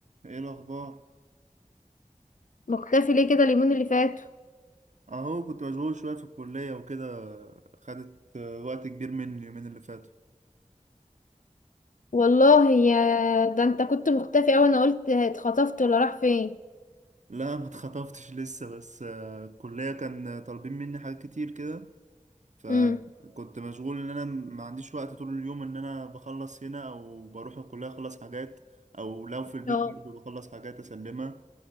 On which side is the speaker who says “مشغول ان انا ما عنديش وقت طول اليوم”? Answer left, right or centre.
Right